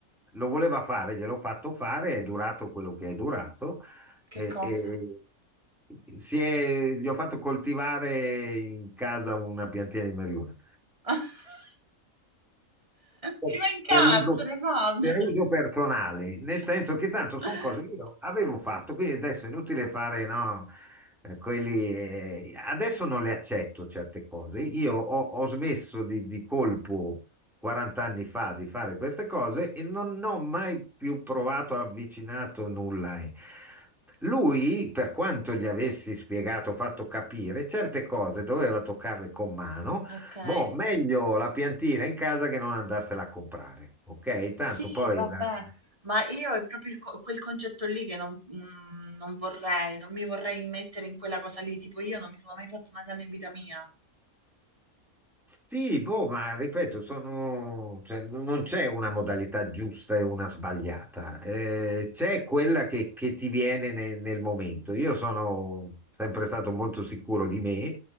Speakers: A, in the centre; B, on the right (about 25°).
A: lo voleva fare, gliel'ho fatto fare, è durato quello che è durato.
B: Che
A: E,
B: cosa?
A: e- si è- gli ho fatto coltivare in casa una piantina di marijuana
B: <laughs>
A: per
B: Ci vai in carcere,
A: per uso,
B: Fabio!
A: per uso personale, nel
B: <laughs>
A: senso che tanto sono cose che io avevo fatto, quindi adesso è inutile fare, no, eh, quelli, eh, adesso non le accetto certe cose. Io ho, ho smesso di, di colpo 40 anni fa di fare queste cose e non ho mai più provato, avvicinato nulla. E Lui, per quanto gli avessi spiegato, fatto capire, certe cose doveva toccarle con mano
B: Okay.
A: Boh, meglio la piantina in casa che non andarsela a comprare, ok? Tanto
B: Sì,
A: poi
B: vabbè,
A: la-
B: ma io è proprio il co- quel concetto lì che non, mm, non vorrei, non mi vorrei immettere in quella cosa lì, tipo io non mi sono mai fatto una canna in vita mia.
A: Sì, boh, ma ripeto, sono, cioè, n- non c'è una modalità giusta e una sbagliata, Eh, c'è quella che, che ti viene ne- nel momento. Io sono sempre stato molto sicuro di me